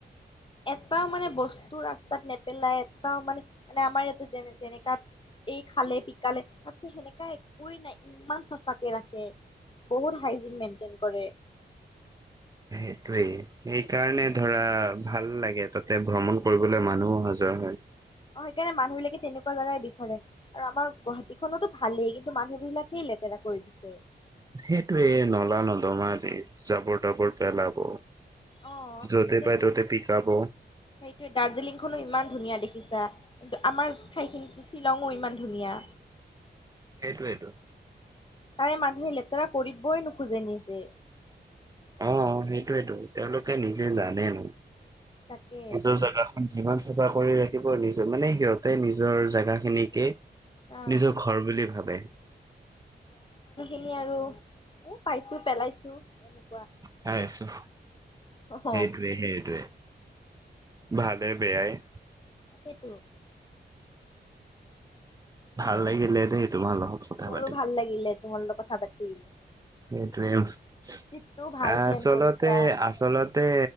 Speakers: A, on the left; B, on the right.
A: এটাও মানে বস্তু ৰাস্তাত নেপেলাই এটাও মানে মানে আমাৰ ইয়াতে যেনে যেনেকা এই খালে পিকালে তাতে সেনেকাা একোৱ নাই ইমান চাফাকে ৰাখে বহুত হাইজিন মেইনটেইন কৰে।
B: সেইটোৱেই। সেইকাৰণে ধৰা ভাল লাগে তাতে ভ্ৰমণ কৰিবলৈ মানুহো সজোৱা হয়।
A: অহ সেইকাৰণে মানুহ বিলাকে তেনেকুৱা জেগাই বিচাৰে আৰু আমাৰ গুৱাহাটীখনতো ভালেই কিন্তু মানুহ বিলাকেই লেতেৰা কৰি দিছে।
B: সেইটোয়ে নলা নদমা যে জাবৰ তাবৰ পেলাব।
A: অহ,
B: য'তে পাই
A: সেইটোে
B: ত'তে পিকাব
A: দাৰ্জিলিংখনো ইমান ধুনীয়া দেখিছা। কিন্তু আমাৰ ঠাইখিনিতো শ্বিলংও ইমান ধুনীয়া।
B: সেইটোৱ সেইটো।
A: তাৰে মানুহে লেতেৰা কৰিবই নোখোজে নিজে।
B: অ সেইটোয়েতটো তেওঁলোকে নিজে নানে ন।
A: তাকে
B: নিজৰ জাগা। যিমান চাফা কৰি ৰাখিব নিজ মানে সিহঁতে নিজৰ জোগা খিনিকে।
A: অ
B: নিজৰ ঘৰ বুলি ভাবে।
A: এ আৰু এ পাইছো পেলাইছো এ।
B: চাই আছো
A: অ
B: সেইটোৱে সেইটোৱে ভালে বেয়াই।
A: তাকেইতো।
B: ভাল লাগিলে দেই। তোমাৰ লগত কথা
A: মোৰো
B: পাতি।
A: ভাল লাগিলে তোমাৰ লগত কথা পাতি।
B: সেইটোৱেই।
A: ট্ৰিপটো ভাল
B: আচলতে
A: প্লেন কৰিছা
B: আচলতে